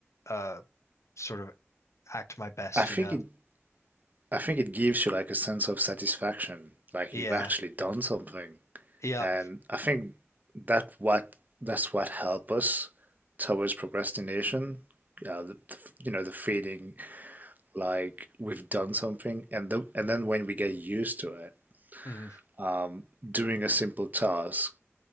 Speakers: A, on the left; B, on the right.
A: uh, sort of act my best,
B: I think
A: you know?
B: it I think it gives you like a sense of satisfaction, like
A: Yeah.
B: you've actually done something.
A: Yeah.
B: And I think that what that's what help us towards procrastination. Uh, the, the f- you know, the feeling like we've done something and the, and then when we get used to it
A: Mm.
B: um, doing a simple task